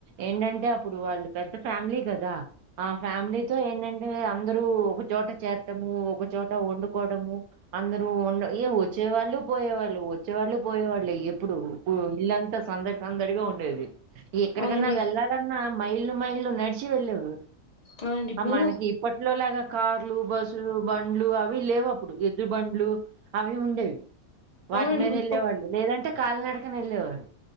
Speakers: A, on the right (about 85°); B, on the left (about 40°).
A: ఏంటంటే అప్పుడు వాళ్ళు పెద్ద ఫ్యామిలీ కదా ఆ ఫ్యామిలీతో ఏంటంటే అందరూ ఒకచోట చేరటము ఒకచోట వండుకోవడము అందరూ వండ ఏ వచ్చు వచ్చే వాళ్ళు పోయే వాళ్ళు వచ్చే వాళ్ళు పోయేళ్ళు లే ఎప్పుడు ఇల్లాంటి ట్లో సందడి సందడిగా ఉండేది ఎక్కడికన్నా
B: అవునండి
A: వెళ్ళాలన్నా మైల్ మా ఇల్లు నడి చీ వెళ్ళేరు
B: అవునండి ఇప్పుడు
A: మనకి ఇప్పటి లో లాగ కార్లు బస్సులు బండ్లు అవి లేవు అప్పుడు ఎద్దులు బండ్లు అవి ఉండేవి వాటి
B: అవునండి
A: మీద
B: ఇప్పుడు
A: వెళ్ళేవాళ్ళు లేదంటే కాలీనడకన ఎల్లే వారు